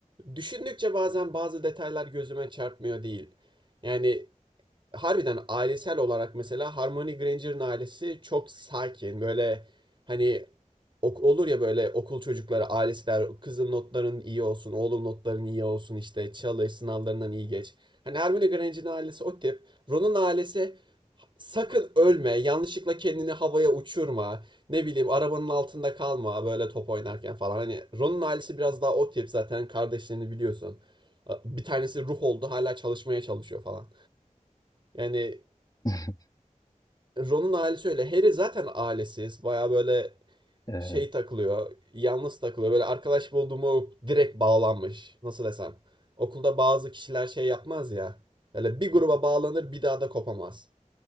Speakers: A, on the right; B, on the left.
A: düşündükçe bazen bazı detaylar gözüme çarpmıyor değil. Yani harbiden ailesel olarak mesela Hermione Granger'ın ailesi çok sakin. Böyle hani ok- olur ya böyle okul çocukları, ailesi der kızın notların iyi olsun, oğlum notların iyi olsun işte çalış, sınavlarından iyi geç. Hani Hermione Granger'in ailesi o tip. Ron'un ailesi sakın ölme, yanlışlıkla kendini havaya uçurma, ne bileyim arabanın altında kalma böyle top oynarken falan. Hani Ron'un ailesi biraz daha o tip zaten kardeşlerini biliyorsun. Bir tanesi ruh oldu hala çalışmaya çalışıyor falan. Yani
B: <laughs> evet,
A: Ron'un ailesi öyle. Harry zaten ailesiz. Baya böyle
B: evet,
A: şey
B: evet,
A: takılıyor, yalnız takılıyor. Böyle arkadaş bulduğumu direkt bağlanmış. Nasıl desem? Okulda bazı kişiler şey yapmaz ya. Böyle bir gruba bağlanır bir daha da kopamaz.